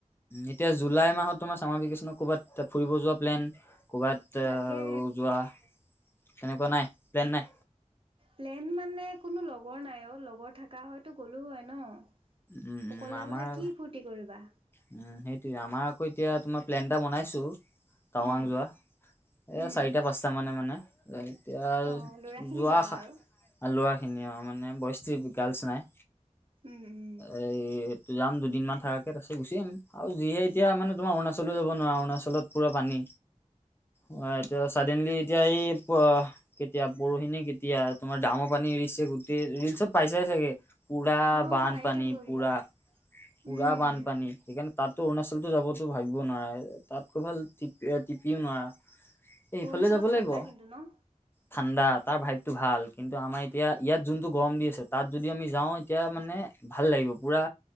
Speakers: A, on the left; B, on the right.
A: এতিয়া জুলাই মাহত তোমাৰ চামৰ বিকেচনত ক'ৰবাত ফুৰিব যোৱা প্লেন কৰ'ৰবাত
B: তাকে
A: যোৱা তেনেকুৱা নাই প্লেন নাই?
B: প্লেন মানে কোনো লগৰ নাই অ লগৰ থকা হয়তো গ'লো হয় ন অকলে
A: উম উম আমাৰ
B: অকলে কি ফূৰ্তি কৰিবা
A: উম সেইটোয়ে আমাৰ আকৌ এতিয়া তোমাৰ প্লেন এটা বনাইছো টাৱাং
B: উম
A: যোৱা এ
B: উম
A: চাৰিটা পাঁচটা মানে মানে এতিয়া
B: অ ল'ৰাখিনি
A: যোৱা
B: যাবা আৰু
A: ল'ৰাখিনি আৰু মানে বইস ট্ৰিপ গাৰ্লচ নাই
B: উম উম
A: এই যাম দুদিনমান থাকা কে তাৰ পাছত গুচিম আহিম আৰু যিহে এতিয়া মানে তোমাৰ অৰুণাচলো যাব নোৱাৰা অৰুণাচলত পুৰা পানী অ এতিয়া চডেনলি এতিয়া এই প কেতিয়া পৰহি নে কেতিয়া তোমাৰ ডামৰ পানী এৰিছে গোটেই ৰিল চব পাইছাই চাগে পুৰা
B: অ
A: বানপানী
B: পায়ে থাকো এইবিলাক
A: পুৰা পুৰা
B: উম
A: বান পানী সেইকাৰণে তাতো অৰুণাচলত যাবো ভাবি ব নোৱাৰে তাত ক' ভাল টিপ টিপিও নোৱাৰা। এইফালে
B: অৰুণাচলত
A: যাব লাগিব
B: ঠাণ্ডা কিন্তু ন?
A: ঠাণ্ডা তাৰ ভাইভটো ভাল কিন্তু আমাৰ এতিয়া ইয়াত যোনটো গৰম দি আছে তাত যদি আমি যাওঁ এতিয়া মানে ভাল লাগিব পুৰা